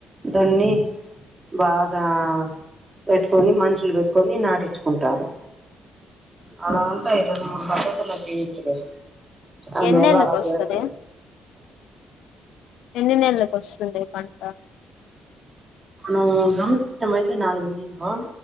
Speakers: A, on the right (about 25°); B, on the left (about 80°).
A: దొన్ని బగా పెట్టుకొని మషులు పెట్టుకొని నాటించుకుంటారు అలా
B: ఆ.
A: వంటంటా ఇ మూ పక్కతుల చేవించలే అందువల్లలా
B: ఎన్నేళ్ళకి వస్తది
A: చేస్త
B: ఎన్ని నెలలకు వస్తుంది పంట
A: అ డ్రమ్ సిస్టమ్ అయితే నాలుగు నెలమా